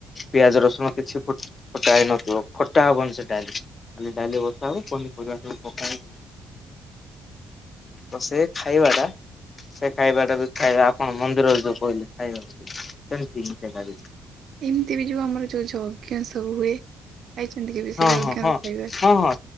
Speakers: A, on the left; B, on the right.
A: ପିଆଜ ରସୁଣ କିଛି ଫୋଟା ହେଇନଥିବ ଫୋଟା ହବନି ସେ ଡାଲି ଖାଲି ଡାଲି ବସା ହବ ପନିପରିବା ସବୁ ପକା ହେବ। ବ ସେ ଖାଇବା ଟା ସେ ଖାଇବା ଟା ବି ଖାଇବା ଆପଣ ମନ୍ଦିରରେ ଯୋଉ କହିଲେ ଖାଇବେ ବୋଲି ସେମିତି ମିଶ ଖା।
B: ଏମିତି ବି ଯୋଉ ଆମର ଯୋଉ ଯଜ୍ଞ ସବୁ ହୁଏ। ଆଇଛନ୍ତି କେବେ? ସେ
A: ହଁ
B: ଯଜ୍ଞର
A: ହଁ ହଁ
B: ଖାଇବା
A: ହଁ ହଁ